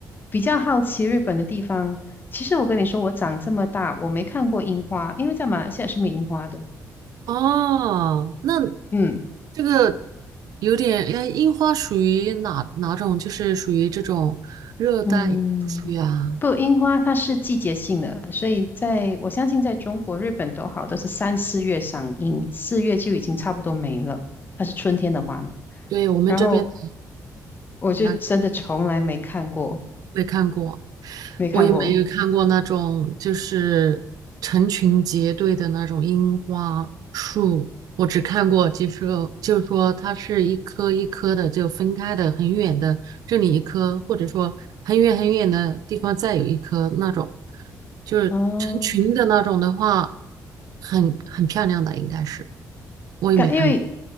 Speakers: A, on the left; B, on the right.
A: 比较好奇日本的地方。其实我跟你说，我长这么大，我没看过樱花，因为在马来西亚是没樱花的。
B: 哦，那
A: 嗯
B: 这个有点，哎，樱花属于哪哪种？就是属于这种热带，
A: 嗯，
B: 不属于啊？
A: 不，樱花它是季节性的，所以在我相信在中国、日本都好，都是三四月赏樱，四月就已经差不多没了，它是春天的花嘛。
B: 对，我们这边的
A: 然后我就真的从来没看过，
B: 那没看过。
A: 没看过。
B: 我也没有看过那种就是成群结队的那种樱花树，我只看过就是就是说它是一棵一棵的就分开的很远的，这里一棵，或者说很远很远的地方再有一棵那种，就是成群的那种的话，
A: 哦，
B: 很很漂亮的应该是，我也没看过
A: 感，因为